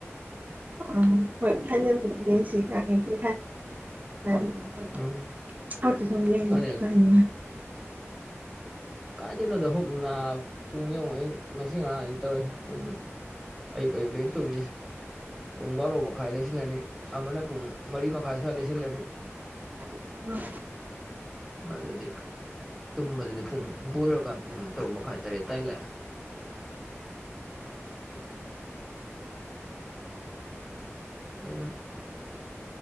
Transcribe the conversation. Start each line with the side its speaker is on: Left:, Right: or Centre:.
Right: ꯑꯥ ꯍꯣꯏ ꯐꯥꯏꯅꯦꯜꯗꯗꯤ ꯌꯦꯡꯁꯤꯒ ꯌꯦꯡꯁꯤꯍꯥꯏ <unintelligible>
Centre: ꯎꯝ ꯐꯥꯏꯅꯦꯜ ꯀꯥꯏꯗꯩꯅꯣꯗ ꯍꯨꯛ ꯅꯥ ꯄꯨꯡ ꯌꯧꯉꯩ ꯉꯁꯤ ꯉꯔꯥꯡ ꯑꯩꯟ ꯇꯧꯔꯤ ꯄꯨꯡ ꯑꯌꯨꯛ ꯑꯌꯨꯛ ꯅꯦ ꯑꯩꯟ ꯇꯨꯝꯃꯤꯁꯦ ꯄꯨꯡ ꯕꯥꯔꯣ ꯃꯈꯥꯏ ꯂꯩꯁꯤꯜꯂꯅꯤ ꯑꯃꯅ ꯄꯨꯡ ꯃꯔꯤ ꯃꯈꯥꯏ ꯁ꯭ꯋꯥꯏ ꯂꯩꯁꯤꯜꯂꯅꯤ
Right: <unintelligible>
Centre: ꯑꯗꯨꯗꯤ ꯇꯨꯝꯕꯗꯨꯗꯤ ꯄꯨꯡ ꯕꯣꯜ ꯂꯣꯏꯔꯀꯥꯟ ꯄꯨꯡ ꯇꯔꯨꯛ ꯃꯈꯥꯏ ꯇꯔꯦꯠ ꯇꯥꯏ ꯂꯥꯛꯑꯦ ꯑꯗꯨꯝ